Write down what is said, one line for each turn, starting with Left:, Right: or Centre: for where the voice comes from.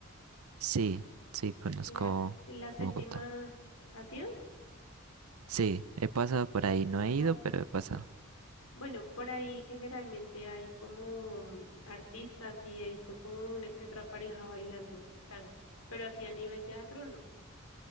Right: Sí, sí, conozco
Left: La, la séptima
Right: Bogotá.
Left: ha sido.
Right: Sí, he pasado por ahí, no he
Left: O sea,
Right: ido, pero he pasado.
Left: bueno, por ahí generalmente hay como artistas y he visto como una que otra pareja bailando tango, pero así a nivel teatro no,